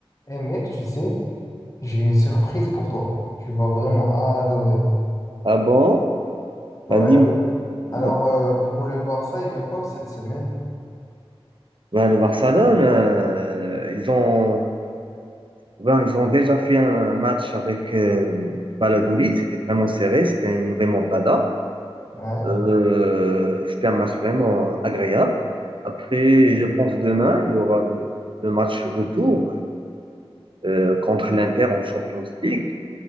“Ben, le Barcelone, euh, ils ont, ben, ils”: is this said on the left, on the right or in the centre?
Right